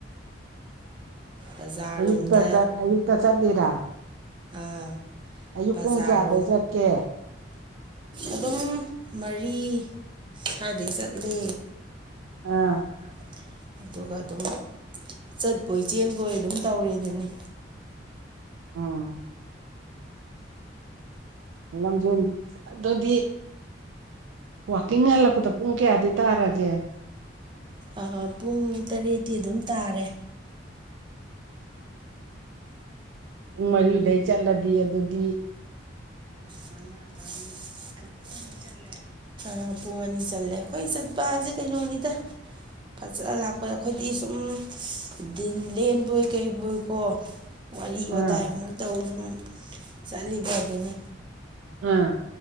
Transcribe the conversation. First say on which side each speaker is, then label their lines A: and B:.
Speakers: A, on the right (about 25°); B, on the right (about 85°).
A: ꯕꯖꯥꯔꯔꯣꯝꯗ
B: ꯑꯌꯨꯛꯇ ꯆꯠ ꯑꯌꯨꯛꯇ ꯆꯠꯂꯤꯔꯥ
A: ꯑꯥ
B: ꯑꯌꯨꯛ
A: ꯕꯖꯥꯔꯔꯣꯝ
B: ꯄꯨꯡ ꯀꯌꯥꯗꯩ ꯆꯠꯀꯦ
A: ꯑꯗꯨꯝ ꯃꯔꯤ ꯁꯥꯏꯗꯩ ꯆꯠꯂꯦ
B: ꯑꯥ
A: ꯑꯥ ꯑꯗꯨꯒ ꯑꯗꯨꯝ ꯆꯠꯄꯣꯏ ꯆꯦꯟꯕꯣꯏ ꯑꯗꯨꯝ ꯇꯧꯔꯦꯗꯨꯅꯤ
B: ꯎꯝ ꯂꯝꯖꯦꯜ ꯑꯗꯨꯗꯤ ꯋꯥꯀꯤꯡ ꯍꯜꯂꯛꯄꯗ ꯄꯨꯡ ꯀꯌꯥꯗꯤ ꯇꯥꯔꯒꯦ
A: ꯑꯥ ꯄꯨꯡ ꯇꯔꯦꯠꯇꯤ ꯑꯗꯨꯝ ꯇꯥꯔꯦ
B: ꯄꯨꯡ ꯃꯔꯤꯗꯩ ꯆꯠꯂꯗꯤ ꯑꯗꯨꯗꯤ
A: ꯃꯉꯥ ꯇꯔꯨꯛ ꯑꯩꯠ ꯄꯨꯡ ꯑꯅꯤ ꯆꯠꯂꯦ ꯑꯥ ꯄꯨꯡ ꯑꯅꯤ ꯆꯠꯂꯦ ꯑꯩꯈꯣꯏ ꯆꯠꯄꯖꯦ ꯀꯩꯅꯣꯅꯤꯗ ꯐꯖ ꯂꯥꯛꯄ ꯑꯩꯈꯣꯏꯗꯤ ꯁꯨꯝ ꯗꯤꯟ ꯂꯦꯟꯕꯣꯏ ꯀꯩꯕꯣꯏꯀꯣ
B: <inaudible>
A: ꯋꯥꯔꯤ
B: ꯑꯥ
A: ꯋꯥꯇꯥꯏ ꯑꯃꯨꯛ ꯇꯧ ꯁꯨꯝ ꯆꯠꯂꯤꯕꯗꯨꯅꯤ
B: ꯑꯥ